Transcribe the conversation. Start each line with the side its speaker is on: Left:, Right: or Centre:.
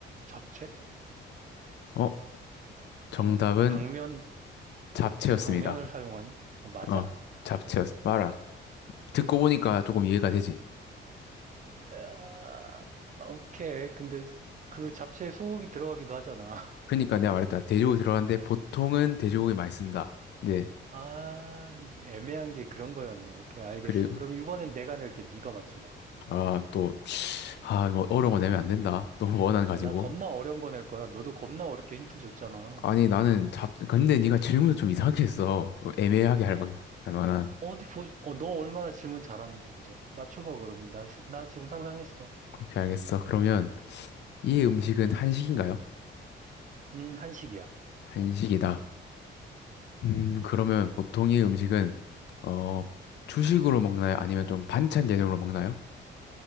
Right: 잡채?
Left: 어, 정답은
Right: 당면
Left: 잡채였습니다.
Right: 당면을 사용하니? 어 맞아?
Left: 어, 잡채였어. 봐라. 듣고 보니까 조금 이해가 되지.
Right: 으아, 오케이. 근데 그 잡채에 소고기 들어가기도 하잖아. <laughs>
Left: 그니까 내가 말했다. 돼지고기 들어갔는데 보통은 돼지고기 많이 쓴다. 네.
Right: 아, 애매한 게 그런 거였네. 오케이, 알겠어.
Left: 그리고
Right: 그럼 이번엔 내가 낼게. 네가 맞춰봐.
Left: 아 또 아 뭐 어려운 거 내면 안 된다. 또 <laughs> 원한 가지고.
Right: 아, 나 겁나 어려운 거 낼 거야. 너도 겁나 어렵게 힌트 줬잖아.
Left: 아니 나는 잡 근데 네가 질문을 좀 이상하게 했어. 좀 애매하게 할, 만- 할 만한.
Right: 어디 보, 어, 너 얼마나 질문 잘하는지 보자. 맞춰봐, 그러면. 나, 스- 나 지금 상상했어.
Left: 오케이 알겠어. 그러면 이 음식은 한식인가요?
Right: 음, 한식이야.
Left: 한식이다. 음 그러면 보통 이 음식은 어 주식으로 먹나요? 아니면 좀 반찬 개념으로 먹나요?